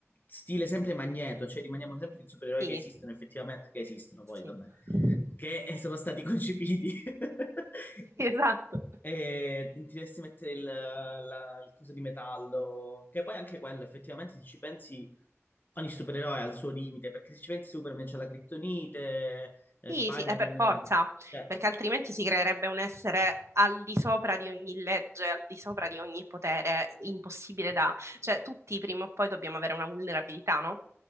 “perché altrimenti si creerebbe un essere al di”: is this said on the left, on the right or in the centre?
Right